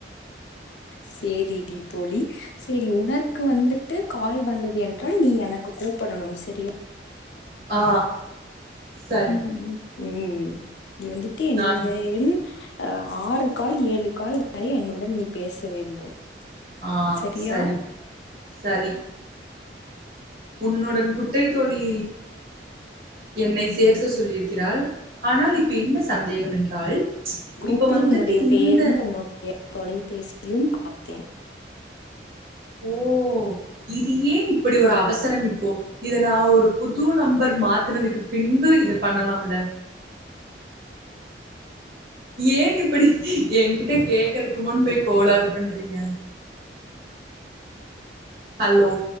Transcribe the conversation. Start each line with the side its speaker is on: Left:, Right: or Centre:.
Left: செரி டி தோழி செரி உணர்க்கு வந்துட் டு கால் வந்தது என்றால் நீ எனக்கு கூப்பிடணும் சரியா
Right: ஆ சரி
Left: உம் ம் ம் நீ வந்துட்டு என்னுடைய
Right: நான்
Left: என் அ ஆறு கால் ஏழு கால் வரை என்னுடன் நீ பேச வேண்டும்
Right: ஆ
Left: சரியா
Right: சரி சரி உன்னுடன் குட்டை தோழி என்னை சேர்க்க சொல்லியிருக்கிறாள் ஆனால் இப்ப என்ன சந்தேகம் என்றால்
Left: குரூப்பில்
Right: இப்ப வந்துட்டு
Left: உன்னுடைய
Right: இந்த
Left: பேரும் உன்னுடைய தொலைபேசியும் பார்த்தேன் அ
Right: ஓ இது ஏன் இப்படி ஒரு அவசரம் இப்போ இத நா ஒரு புது நம்பர் மாத்தினதுக்கு பின்பு இத பண்ணலாம்ல
Left: அ
Right: ஏன் இப்படி ஏங்கிட்ட கேக்கறக்கு முன்பே கோளாறு பண்றீங்க ஹலோ